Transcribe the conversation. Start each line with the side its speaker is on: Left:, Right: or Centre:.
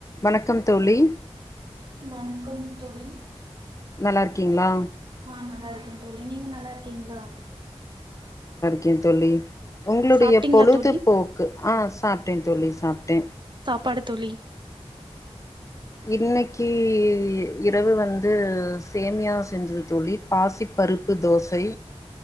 Left: வணக்கம் தோழி
Right: உம் வணக்கம் தோழி
Left: நல்லா இருக்கீங்ளா
Right: ஆஹ் நல்லா இருக்கே தோழி நீங்க நல்லா இருக்கீங்ளா
Left: கே தோழி உங்களுடைய
Right: சாப்ட்டீங்களா
Left: பொழுது
Right: தோழி
Left: போக்கு ஆஹ் சாப்ட்டேங்க தோழி சாப்ட்டே
Right: படுத்தொலி
Left: இன்னைக்கி இரவு வந்து சேமியா செஞ்சது தோழி பாசி பருப்பு தோசை